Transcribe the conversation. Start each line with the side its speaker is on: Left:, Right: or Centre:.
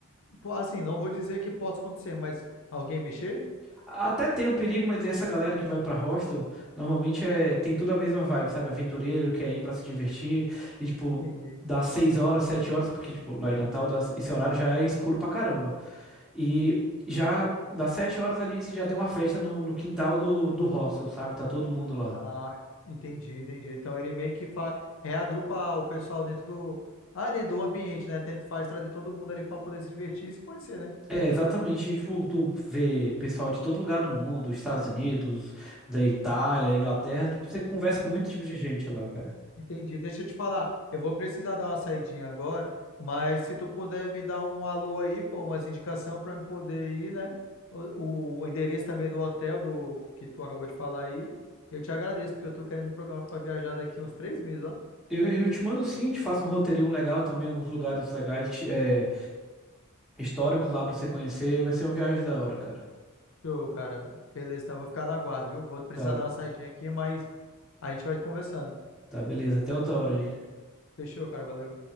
Left: Pô, Assim, não vou dizer que possa acontecer, mas alguém mexer?
Centre: Até tem um perigo, mas essa galera que vai pra hostel, normalmente é, tem tudo a mesma vibe, sabe? Aventureiro, quer ir pra se divertir, e tipo,
Left: Entendi.
Centre: dá seis horas, sete horas, porque tipo, lá em Natal, dá- esse horário já é
Left: Hum,
Centre: escuro pra caramba. E
Left: Sim.
Centre: já das sete horas ali, você já tem uma festa no, no quintal do, do hostel, sabe? Tá todo mundo lá.
Left: Ah, entendi, entendi. Então ele meio que fa... reagrupa o pessoal dentro do ali do ambiente, né? Tenta faz trazer todo mundo ali para poder se divertir e se conhecer, né?
Centre: É, exatamente, tipo, tu vê pessoal de todo lugar do mundo, Estados Unidos, da Itália, Inglaterra, tipo,
Left: Hum.
Centre: você conversa com muito tipo de gente lá, cara.
Left: Entendi. Deixa eu te falar, eu vou precisar dar uma saidinha agora, mas se tu puder me dar um alô aí, pô, umas indicação para me poder ir, né? O, o endereço também do hotel do que tu acabou de falar aí, eu te agradeço porque eu tô querendo me programar para viajar daqui uns três meses, ó.
Centre: Eu, eu te mando sim, te faço um roteirinho legal também, alguns lugares legais, te- é, históricos lá pra você conhecer. Vai ser uma viagem da hora, cara.
Left: Show, cara. Beleza, então eu vou ficar na guarda, viu? Vou precisar
Centre: Tá,
Left: dar uma saidinha aqui, mas a gente vai conversando.
Centre: tá, beleza. Até outra hora aí.
Left: Fechou, cara. Valeu.